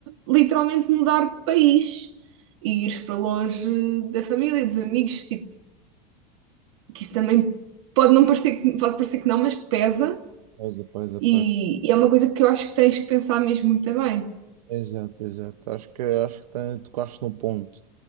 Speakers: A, on the right; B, on the right.
A: literalmente mudar de país e ires para longe da família, dos amigos, tipo, que isso também pode não parecer, que- pode parecer que não, mas pesa
B: Pois é, pois é,
A: e,
B: pois é.
A: e é uma coisa que eu acho que tens que pensar mesmo muito bem.
B: Exato, exato. Acho que, acho que tem- tocaste no ponto.